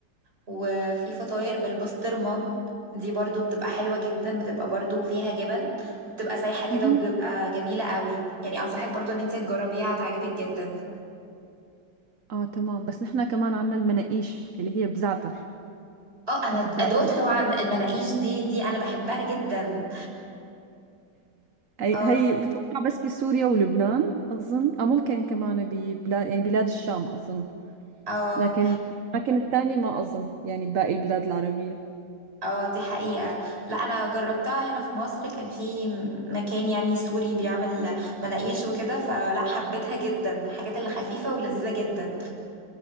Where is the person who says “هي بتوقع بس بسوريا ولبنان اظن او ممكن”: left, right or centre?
Right